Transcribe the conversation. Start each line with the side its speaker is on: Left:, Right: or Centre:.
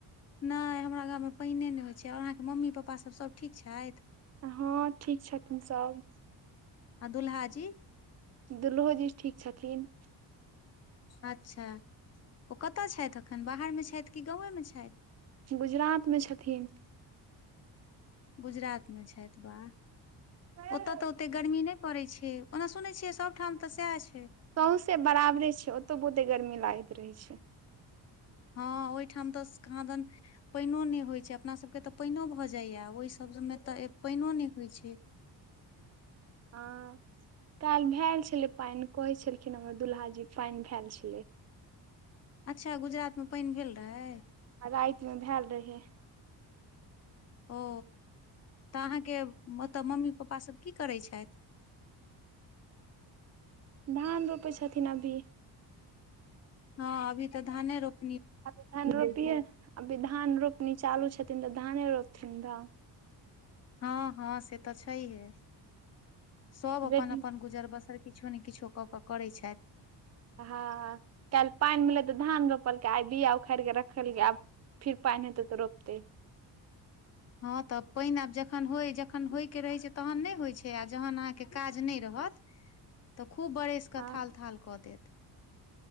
Left: नहि हमरा गावमे पइने नहि होइत छै, अहाँके मम्मी पपासभ सभ ठीक छथि?
Right: हाॅं ठीक छथिन सब।
Left: आ दुल्हा जी।
Right: दुल्हो जी ठीक छथिन।
Left: अच्छा ओ कत छैथ एखन बाहरमे छैथ कि गावेमे छैथ?
Right: गुजरात मे छथिन।
Left: गुजरात मे छैथ वाह।
Right: सौंसे
Left: ओत तऽ ओतेक गर्मी नहि पड़ैत छै, ओना सुनै छिये सबठाम तऽ सएह छै।
Right: सौसे बराबरे छै, ओतो बहुते गर्मी लागैत रहै छै।
Left: हं, ओहिठाम तऽ स-कहादन- पइनो नहि होइत छै, अपनासभके तऽ पइनो भऽ जाइया, ओहिसभमे तऽ पइनो नहि होइत छै।
Right: हाॅं काल्हि भैल छलै पाइन कहै छलखिन, हमर दुल्हा जी पइन भेएल छलै।
Left: अच्छा गुजरातमे पइन भेल रहै?
Right: आ राइत मे भैल रहै।
Left: ओ तऽ अहाँके ओत मम्मी पप्पा सब की करै छथि?
Right: धान रोपै छथिन अभी।
Left: हाॅं अभी तऽ धाने रोप-
Right: अभी धान रोपिए अभी धान रोपनी चालू छथिन, तऽ धाने रोपथिन धान।
Left: हं-हंं-से तऽ छैहे। सभ अपन-अपन
Right: यदि
Left: गुजर बसर किछो ने किछो कऽ कऽ करैत छथि।
Right: हाॅं काल्हि पाइन मिलल तऽ धान रोपलकै आइ बिया उखारिकऽ रखल छय। आब- फिर पइन हेतै त रोपतै।
Left: हाॅं तऽ पइन आब जखन होय- जखन होयके रहै छै, तखन नहि होइत छै आ जखन अहाँके काज नहि रहत- तऽ खूब बरैस
Right: हँ
Left: कऽ थाल-थाल कऽ देत।